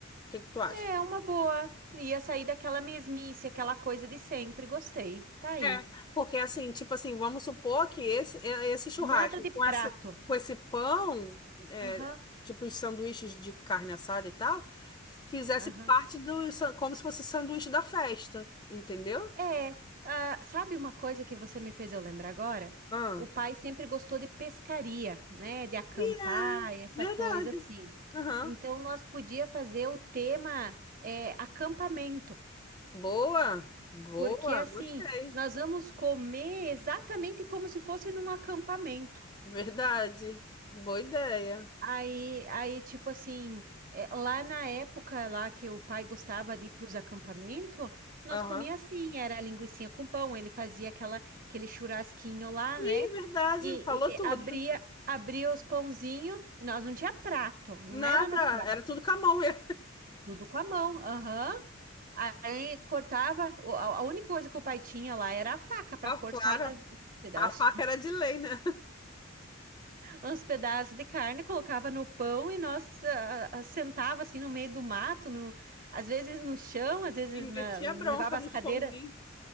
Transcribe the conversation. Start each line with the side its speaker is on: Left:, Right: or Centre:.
Left: O que que tu acha?
Right: É uma boa. Ia sair daquela mesmice, aquela coisa de sempre. Gostei. Tá aí.
Left: É. Porque assim, tipo assim, vamos supor que esse, é- esse churrasco
Right: Nada de
Left: com essa,
Right: prato.
Left: com esse pão, é,
Right: Aham,
Left: tipo os sanduíches de carne assada e tal, fizesse
Right: aham.
Left: parte do, san- como se fosse sanduíche da festa, entendeu?
Right: É, ah, sabe uma coisa que você me fez eu lembrar agora?
Left: Ah.
Right: O pai sempre gostou de pescaria, né? De acampar,
Left: E é
Right: essa
Left: verdade.
Right: coisa assim.
Left: Aham.
Right: Então, nós podia fazer o tema é, acampamento,
Left: Boa, boa,
Right: porque assim,
Left: gostei.
Right: nós vamos comer exatamente como se fosse num acampamento.
Left: Verdade. Boa ideia.
Right: Aí, aí, tipo assim, é, lá na época lá que o pai gostava de ir para os acampamentos, nós
Left: Aham.
Right: comia assim, era linguicinha com pão, ele fazia aquela, aquele churrasquinho lá,
Left: Sim,
Right: né?
Left: verdade,
Right: E,
Left: falou
Right: e-
Left: tudo.
Right: e abria, abria os pãozinhos, e nós não tinha prato, não
Left: Nada,
Right: era no prato,
Left: era tudo com a mão <laughs> mesmo.
Right: tudo com a mão, aham. Aí cortava, o- a a única coisa que o pai tinha lá era a faca para
Left: Ó,
Right: cortar
Left: claro,
Right: os pedaços.
Left: a faca era de lei, né?
Right: uns pedaços de carne, colocava no pão e nós ah, ah, sentava assim no meio do mato, no- às vezes no chão, às vezes
Left: E metia
Right: na- levava
Left: bronca nos
Right: as cadeiras.
Left: pãozinhos.